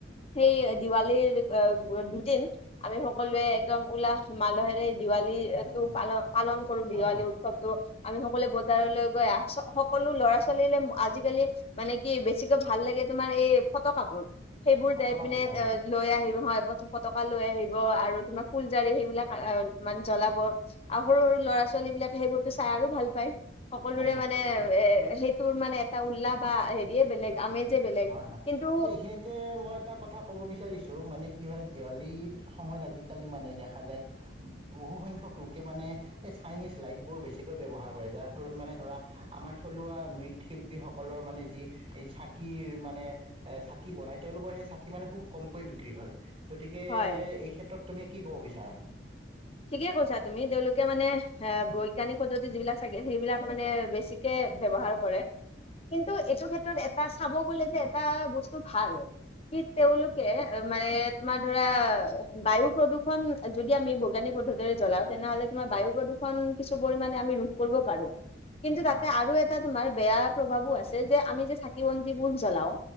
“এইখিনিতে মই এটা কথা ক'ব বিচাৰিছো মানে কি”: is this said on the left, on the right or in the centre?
Right